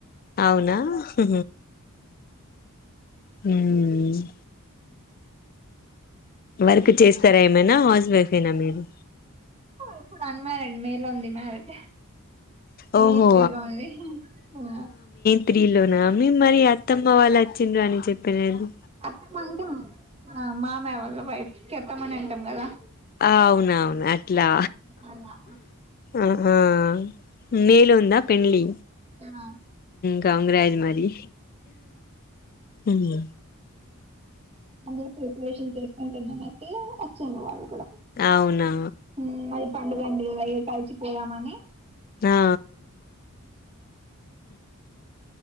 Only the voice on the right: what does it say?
ఇప్పుడు అన్మారిడ్ మేలో ఉంది మారీడ్
మే త్రీ లో అండి ఆ
అత్తమ్మ అంటే మామయ్య వాళ్ళ వైఫ్కి అత్తమ్మనె అంటాం కదా
అలా
తిన
అదే ప్రిపరేషన్ తీసుకుంటున కాబట్టి వచ్చిడ్రు వాళ్ళు కూడా
ఉమ్ మరి పండుగండి వయ్ కల్సి పోయామని